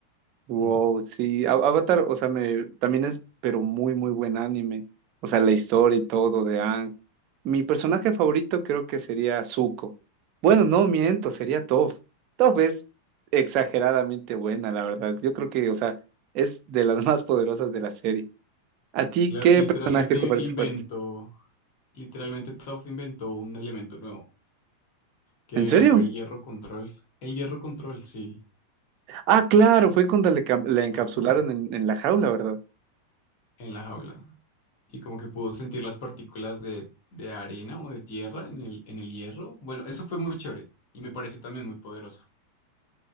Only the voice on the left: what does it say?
Mm.
Claro,
literalmente
inventó,
literalmente Toph inventó un elemento nuevo, que
fue el hierro control. El hierro control, sí.
Ajá.
En la jaula. y como que pudo sentir las partículas de, de arena o de tierra en el, en el hierro. Bueno, eso fue muy chévere y me pareció también muy poderosa.